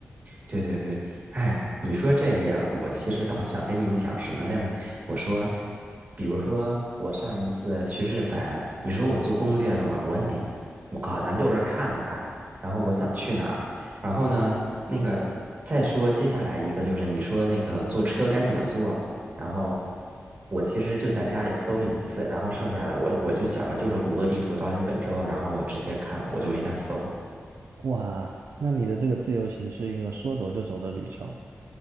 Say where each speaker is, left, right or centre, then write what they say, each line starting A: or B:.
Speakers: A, on the right; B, on the right.
A: 对对对，哎，你说这个呀，我其实倒想跟你讲什么呢？我说，比如说我上一次去日本，你说我做攻略了吗？我也没，我好像就是看了看，然后我想去哪儿，然后呢，那个再说接下来一个就是你说那个坐车该怎么坐，然后我其实就在家里搜了一次，然后剩下的我我就想了，就是谷歌地图到日本之后，然后我直接看了，我就没大搜。
B: 哇，那你的这个自由行是一个说走就走的旅程。